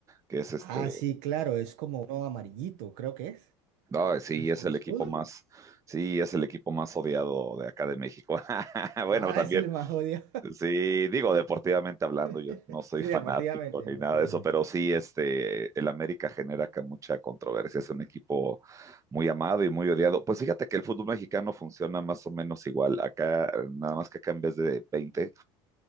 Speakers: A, on the right (about 20°); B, on the right (about 65°).
A: que es este,
B: Ah, sí, claro, es como uno amarillito, creo que es.
A: no, sí,
B: ¿No es
A: es
B: el
A: el
B: escudo?
A: equipo más, sí, es el equipo más odiado de acá de México. <laughs> Bueno,
B: Ah,
A: también,
B: es el más jodido.
A: sí, digo, deportivamente hablando,
B: <laughs>
A: yo no soy
B: Sí,
A: fanático
B: deportivamente, deportivamente.
A: ni nada de eso, pero sí, este, el América genera acá mucha controversia, es un equipo muy amado y muy odiado. Pues fíjate que el fútbol mexicano funciona más o menos igual, acá, nada más que acá en vez de 20.